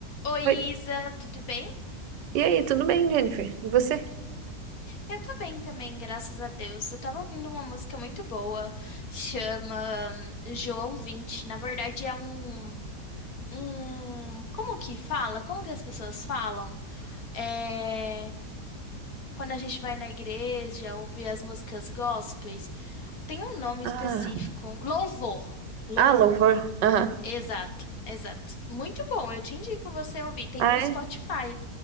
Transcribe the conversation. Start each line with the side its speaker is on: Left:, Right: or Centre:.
Left: Oi,
Right: Oi.
Left: Isa, tudo bem?
Right: E aí, tudo bem, Jennifer? E você?
Left: Eu tô bem também, graças a Deus. Eu tava ouvindo uma música muito boa, chama hum, João 20. Na verdade, é um, um. Como que fala? Como que as pessoas falam? É. Quando a gente vai na igreja ouvir as músicas gospels, tem um nome
Right: Ah,
Left: específico. Louvor. Louvor.
Right: ah, louvor. Aham.
Left: Exato, exato. Muito bom, eu te indico você ouvir. Tem
Right: Ah,
Left: no
Right: é?
Left: Spotify.